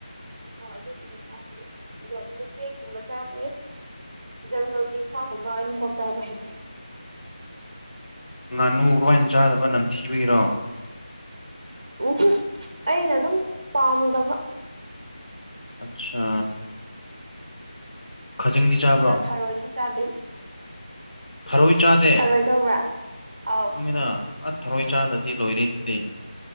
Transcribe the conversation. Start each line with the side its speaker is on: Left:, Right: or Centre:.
Right: ꯑꯥ ꯑꯗꯨꯒꯨꯝꯕ ꯆꯥꯗꯦ ꯑꯗꯨꯒ ꯎꯆꯦꯛꯀꯨꯝꯕ ꯆꯥꯗꯦ ꯖꯪꯒꯜꯒꯤ ꯁꯥꯒꯨꯕ ꯑꯗꯨꯝꯐꯥꯎ ꯆꯥꯕ ꯍꯩꯇꯦ꯫
Left: ꯉꯥꯅꯨ ꯀꯃꯥꯏꯅ ꯆꯥꯗꯕ ꯅꯝꯊꯤꯕꯒꯤꯔꯣ꯫
Right: ꯎꯝ ꯑꯩꯅ ꯑꯗꯨꯝ ꯄꯥꯝꯗꯕ꯫
Left: ꯑꯠꯁꯥ꯫ ꯈꯥꯖꯤꯡꯗꯤ
Right: ꯑꯗꯨꯒ
Left: ꯆꯥꯕ꯭ꯔꯣ
Right: ꯊꯥꯔꯣꯏꯁꯨ ꯆꯥꯗꯦ꯫
Left: ꯐꯔꯣꯏꯏ ꯆꯥꯗꯦ
Right: ꯊꯔꯣꯏ ꯈꯪꯕ꯭ꯔꯥ ꯑꯥꯎ
Left: ꯈꯪꯃꯤꯗ ꯑ ꯊꯔꯣꯏ ꯆꯥꯗ꯭ꯔꯗꯤ ꯂꯣꯏꯔꯦ ꯑꯗꯨꯗꯤ